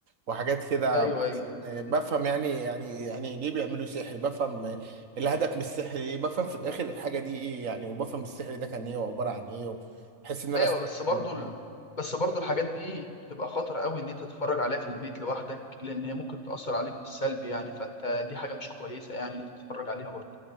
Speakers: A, on the right (about 80°); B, on the left (about 35°).
A: وحاجات كده
B: ايوه
A: بحس
B: ايوه
A: إن- بفهم يعني يعني يعني ليه بيعملوا سحر بفهم الهدف من السحر ايه بفهم في الاخر الحاجه دي ايه يعني وبفهم السحر ده كان ايه وعباره عن ايه بحس ان انا
B: ايوه
A: استفدت
B: بس برضو
A: منهم
B: ال... بس برضو الحاجات دي بتبقى خطر قوي ان انت تتفرج عليها في البيت لوحدك لان هي ممكن تاثر عليك بالسلب يعني فانت دي حاجه مش كويسه يعني ان انت تتفرج عليها برضو